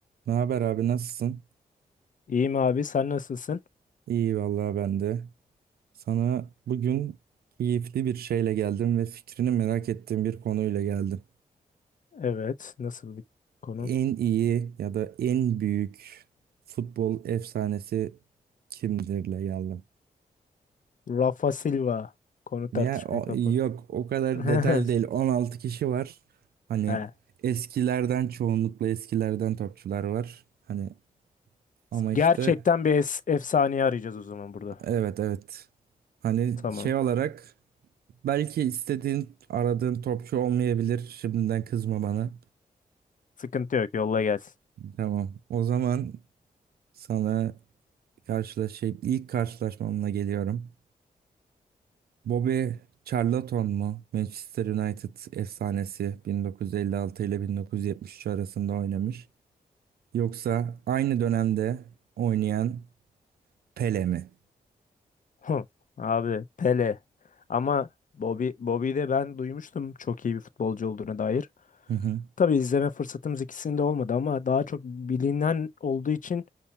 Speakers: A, on the right (about 80°); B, on the left (about 55°).
A: Ne haber abi nasılsın?
B: İyiyim abi sen nasılsın?
A: İyi vallahi ben de. Sana bugün keyifli bir şeyle geldim ve fikrini merak ettiğim bir konuyla geldim.
B: Evet nasıl bir konu?
A: En iyi ya da en büyük futbol efsanesi kimdirle geldim.
B: Rafa Silva konu
A: Ya
B: tartışmaya
A: o-
B: kapalı.
A: yok o kadar
B: <laughs>
A: detaylı değil. 16 kişi var. Hani
B: He.
A: eskilerden çoğunlukla eskilerden topçular var. Hani ama işte
B: Gerçekten bir es- efsaneyi arayacağız o zaman burada.
A: evet evet. Hani
B: Tamam.
A: şey olarak Belki istediğin, aradığın topçu olmayabilir. Şimdiden kızma bana.
B: Sıkıntı yok yolla gelsin.
A: Tamam. O zaman sana karşılaş şey, ilk karşılaşmamla geliyorum. Bobby Charlton mu? Manchester United efsanesi 1956 ile 1973 arasında oynamış. Yoksa aynı dönemde oynayan Pele mi?
B: Hı. Abi Pele. Ama Bobby, Bobby'yi de ben duymuştum çok iyi bir futbolcu olduğuna dair.
A: Hı hı.
B: Tabii izleme fırsatımız ikisinde olmadı ama daha çok bilinen olduğu için